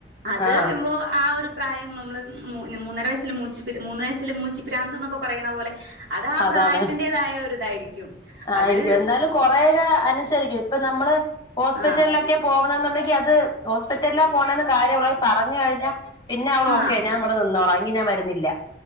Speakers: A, on the right (about 65°); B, on the left (about 25°).
A: അത്
B: ആഹ്
A: പറയുമ്പോൾ ആ ഒരു പ്രായം നമ്മൾ മൂന്നര വയസ്സിൽ മൂച്ചി പ്രാ മൂന്നര വയസ്സിൽ മൂച്ചിപ്പ്രാന്ത് എന്നൊക്കെ പറയണ പോലെ അത് ആ
B: അതാണ്
A: പ്രായത്തിൻ്റെതായ ഒരു ഇതായിരിക്കും
B: ആയിരിക്കും
A: അത്
B: എന്തായാലും കൊറെയൊക്കെ അനുസരിക്കും ഇപ്പൊ നമ്മള് ഹോസ്പിറ്റലിലൊക്കെ
A: ആഹ്
B: പോ പോവുന്നുണ്ടെങ്കിൽ അത് ഹോസ്പിറ്റലിലാ പോണത് കാര്യമായി പറഞ്ഞു കഴിഞ്ഞാൽ പിന്നെ അവൾ ഓ
A: ആഹ്
B: നിന്നോളാം എങ്കിൽ ഞാൻ വരുന്നില്ല